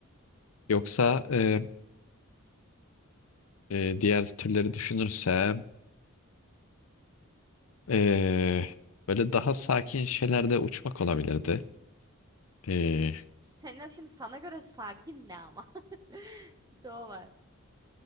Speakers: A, on the left; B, on the right.
A: Yoksa e, e, diğer türleri düşünürsem e, böyle daha sakin şeylerde uçmak olabilirdi. E,
B: Senin şimdi sana göre sakin ne ama? <laughs> Bir de o var.